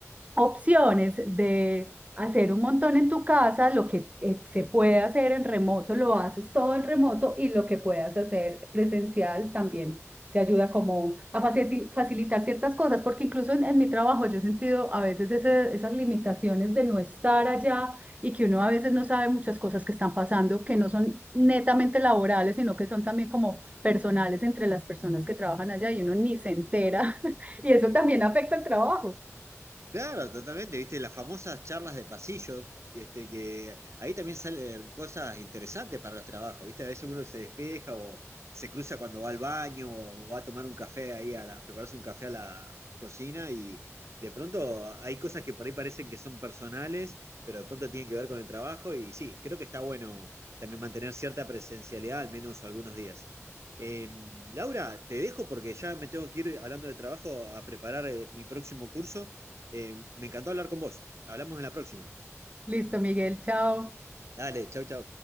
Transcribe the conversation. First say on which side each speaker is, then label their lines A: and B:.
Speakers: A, on the right; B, on the right.
A: opciones de hacer un montón en tu casa, lo que eh, se puede hacer en remoto, lo haces todo en remoto y lo que puedas hacer presencial también te ayuda como a faceti- facilitar ciertas cosas, porque incluso en, en mi trabajo yo he sentido a veces ese- esas limitaciones de no estar allá y que uno a veces no sabe muchas cosas que están pasando, que no son netamente laborales, sino que son también como personales entre las personas que trabajan allá y uno ni se entera <laughs> y eso también afecta al trabajo.
B: Claro, totalmente, viste, las famosas charlas de pasillo, este, que ahí también salen cosas interesantes para los trabajos, viste, a veces uno se despeja o se cruza cuando va al baño o va a tomar un café ahí, a la- a prepararse un café a la cocina y de pronto hay cosas que por ahí parecen que son personales, pero de pronto tienen que ver con el trabajo y sí, creo que está bueno también mantener cierta presencialidad, al menos algunos días. Eh, Laura, te dejo porque ya me tengo que ir hablando de trabajo a preparar eh, mi próximo curso. Eh, me encantó hablar con vos. Hablamos en la próxima.
A: Listo, Miguel, chao.
B: Dale, chau, chau.